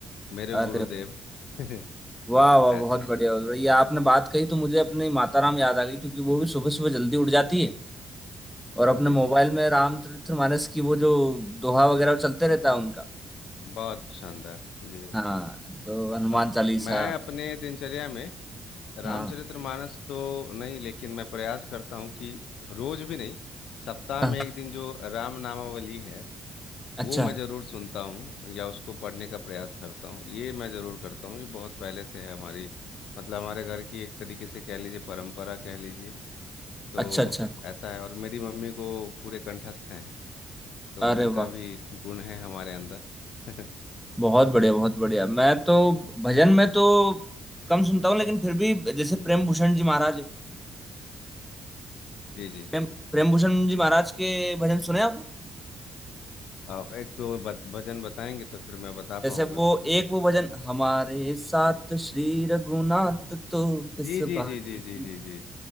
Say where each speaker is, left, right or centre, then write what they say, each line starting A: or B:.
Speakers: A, on the left; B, in the centre.
A: मेरे
B: अरे
A: गुरुदेव <laughs>
B: वाह वाह
A: ऐसा
B: बहुत बढ़िया बहुत बढ़िया ये आपने बात कही तो मुझे अपनी माता राम याद आ गई क्योंकि वो भी सुबह सुबह जल्दी उठ जाती है और अपने
A: जी
B: मोबाइल
A: जी
B: में रामचरितमानस की वो जो दोहा वगैरह चलते रहता है उनका
A: बहुत शानदार जी
B: हाँ तो हनुमान
A: अ,
B: चालीसा
A: मैं अपने दिनचर्या में रामचरितमानस
B: हाँ
A: तो नहीं लेकिन मैं प्रयास करता हूँ कि रोज भी नहीं सप्ताह
B: हाँ,
A: में एक दिन जो राम नामावली है
B: अच्छा
A: वो मैं जरूर सुनता हूँ या उसको पढ़ने का प्रयास करता हूँ ये मैं जरूर करता हूँ ये बहुत पहले से है हमारी मतलब हमारे घर की एक तरीके से कह लीजिए परंपरा कह लीजिए तो
B: अच्छा अच्छा
A: ऐसा है और मेरी मम्मी को पूरे कंठस्थ हैं तो
B: अरे
A: उनका
B: वाह
A: भी गुण है हमारे अंदर <laughs>
B: बहुत बढ़िया बहुत बढ़िया मैं तो भजन में तो कम सुनता हूँ लेकिन फिर भी जैसे प्रेम भूषण जी महाराज
A: जी जी
B: प्रेम प्रेम भूषण जी महाराज के भजन सुने आपने
A: आ, एक तो ब- भजन बताएंगे तो फिर मैं बता
B: जैसे
A: पाऊंगा
B: वो एक वो भजन हमारे साथ श्री रघुनाथ तो किस
A: जी जी
B: बात
A: जी जी
B: की
A: जी जी जी